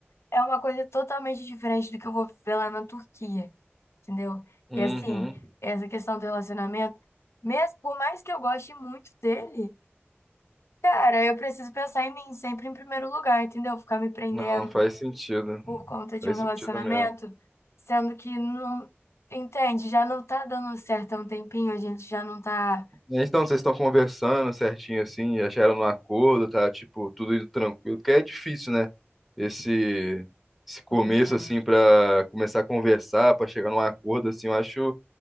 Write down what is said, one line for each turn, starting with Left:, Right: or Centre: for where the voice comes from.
Left: é uma coisa totalmente diferente do que eu vou ver lá na Turquia, entendeu?
Centre: Uhum.
Left: E assim, essa questão do relacionamento, mesmo por mais que eu goste muito dele, cara, eu preciso pensar em mim sempre em primeiro lugar, entendeu? Ficar me prendendo
Centre: Não, faz sentido.
Left: por conta de
Centre: Faz
Left: um relacionamento,
Centre: sentido mesmo.
Left: sendo que não, entende, já não tá dando certo há um tempinho, a gente já não tá.
Centre: É, Então, vocês estão conversando certinho assim, já chegaram no acordo, tá? Tipo, tudo indo tranquilo, porque é difícil, né? Esse, esse começo
Left: Complicado.
Centre: assim pra começar a conversar, pra chegar num acordo assim, eu acho